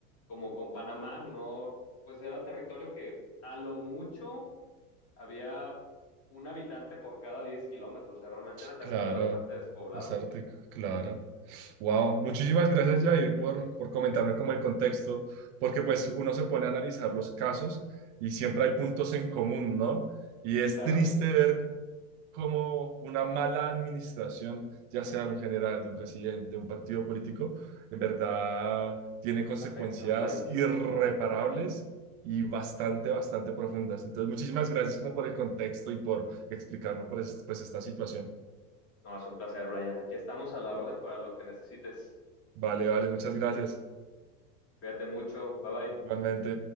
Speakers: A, on the left; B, on the right.
A: como con Panamá, no, pues era territorio que a lo mucho había un habitante por cada 10 kilómetros, o sea, realmente era territorio
B: claro.
A: bastante despoblado.
B: Desértico, claro. Wow, muchísimas gracias, Jair, por, por comentarme como el contexto, porque pues uno se pone a analizar los casos y siempre hay puntos en común, ¿no? Y
A: Sí,
B: es
A: claro.
B: triste ver como una mala administración, ya sea de un general, de un presidente, un partido político, en verdad tiene consecuencias
A: afecta a un país.
B: irreparables y bastante, bastante profundas. Entonces, muchísimas gracias como por el contexto y por explicarme por es- pues esta situación.
A: No, es un placer, Brian. Aquí estamos a la orden para lo que necesites.
B: Vale, vale, muchas gracias.
A: Cuídate mucho. Bye bye.
B: Igualmente.